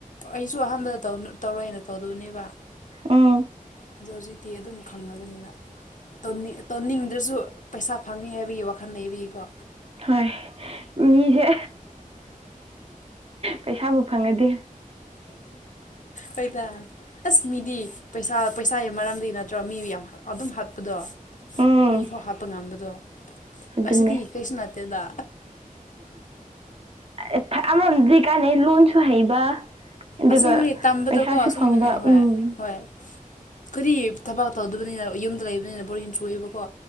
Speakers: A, on the left (about 60°); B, on the right (about 45°).
A: ꯑꯩꯁꯨ ꯑꯍꯥꯟꯕꯗ ꯇꯧꯔꯅ ꯇꯧꯗꯕꯅꯦꯕ
B: ꯎꯝ
A: ꯑꯗꯣ ꯍꯧꯖꯤꯛꯇꯤ ꯑꯗꯨꯝ ꯈꯪꯉꯕꯅꯤꯅ ꯅꯤꯡ ꯇꯧꯅꯤꯡꯗ꯭ꯔꯁꯨ ꯄꯩꯁꯥ ꯐꯪꯅꯤ ꯍꯥꯏꯕꯒꯤ ꯋꯥꯈꯜ ꯂꯩꯕꯤꯀꯣ
B: ꯍꯣꯏ ꯃꯤꯁꯦ ꯄꯩꯁꯥꯕꯨ ꯐꯪꯉꯗꯦ
A: ꯍꯣꯏꯗ ꯑꯁ ꯃꯤꯗꯤ ꯄꯩꯁꯥ ꯄꯩꯁꯥꯒꯤ ꯃꯔꯝꯗꯒꯤ ꯅꯠꯇ꯭ꯔꯣ ꯃꯤ ꯌꯥꯝ ꯑꯗꯨꯝ ꯍꯥꯠꯄꯗꯣ
B: ꯎꯝ
A: ꯃꯤꯐꯥꯎ ꯍꯥꯠꯄ ꯉꯝꯕꯗꯣ
B: ꯑꯗꯨꯅꯦ
A: ꯑꯁꯤ ꯑꯁꯤꯗꯤ ꯀꯩꯁꯨ ꯅꯅꯥꯠꯇꯦꯗ
B: ꯎ ꯑꯃꯔꯣꯝꯗꯤ ꯀꯥꯟꯅꯩ ꯂꯣꯟꯁꯨ ꯍꯩꯕ ꯑꯗꯨꯒ
A: ꯑꯁ ꯃꯅꯤ ꯇꯝꯕꯗꯀꯣ
B: ꯄꯩꯁꯥꯁꯨ
A: ꯑꯁ
B: ꯐꯪꯕ
A: ꯃ ꯍ
B: ꯎꯝ
A: ꯍꯣꯏ ꯀꯔꯤ ꯊꯕꯛ ꯇꯧꯗꯕꯅꯤꯅ ꯌꯨꯝꯗ ꯂꯩꯕꯅꯤꯅ ꯕꯣꯔ ꯌꯦꯟ ꯆꯨꯑꯕꯀꯣ